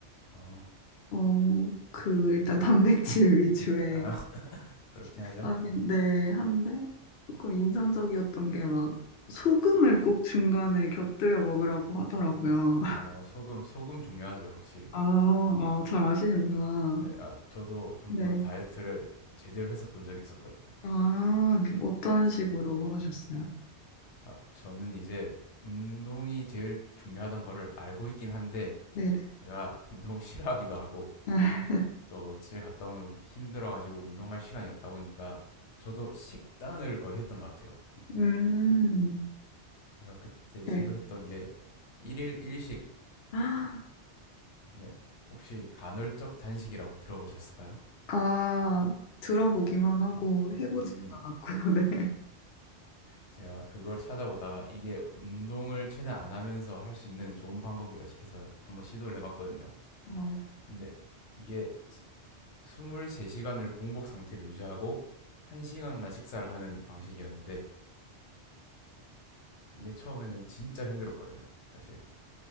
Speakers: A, on the left; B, on the left.
A: 어,
B: 어, 그 일단 단백질 <laughs> 위주의
A: 아, <laughs> 그렇긴
B: 식사인데
A: 하죠.
B: 한데 조금 인상적이었던 게 막 소금을 꼭 중간에 곁들여 먹으라고 하더라고요.
A: 어, 소금, 소금 중요하죠, 확실히.
B: 아, 아, 잘 아시는구나.
A: 네, 아, 저도 한번
B: 네.
A: 다이어트를 제대로 했었던 적이 있었거든요.
B: 아, 네. 어떤 식으로 하셨어요?
A: 아, 저는 이제 운동이 제일 중요하다는 거를 알고 있긴 한데
B: 네네.
A: 제가 <laughs> 운동을 싫어하기도 하고
B: <laughs>
A: 또 집에 갔다 오면 힘들어가지고 운동할 시간이 없다 보니까 저도 식단을 거의 했던 것 같아요.
B: 음,
A: 제가 그때
B: 네.
A: 시도했던 게 일일 일식,
B: 아,
A: 네. 혹시 간헐적 단식이라고 들어보셨을까요?
B: 아, 들어보기만 하고 해보지는
A: 음,
B: 않았고요, <laughs> 네.
A: 제가 그걸 찾아보다가 이게 운동을 최대한 안 하면서 할 수 있는 좋은 방법이다 싶어서 한번 시도를 해봤거든요.
B: 어,
A: 근데 이게 23시간을 공복 상태를 유지하고 1시간만 식사를 하는 방식이었는데 이게 처음에는 진짜 힘들었거든요. 사실